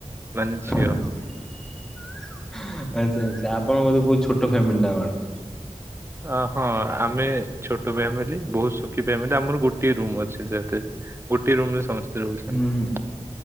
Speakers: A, on the right (about 20°); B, in the centre.
A: ମାନେ ଝିଅ।
B: ଆଚ୍ଛା ଆଚ୍ଛା। ଆପଣ ବୋଧେ ବହୁତ ଛୋଟ ଫ୍ୟାମିଲି ନା କଣ।
A: ଅ ହଁ ଆମେ ଛୋଟ ଫ୍ୟାମିଲି ବହୁତ ସୁଖୀ ଫ୍ୟାମିଲି ଆମର ଗୋଟେ ରୁମ୍ ଅଛି ସେତ। ଗୋଟିଏ ରୁମ ରେ ସମସ୍ତେ ରହୁଛନ୍ତି।
B: ହୁଁ।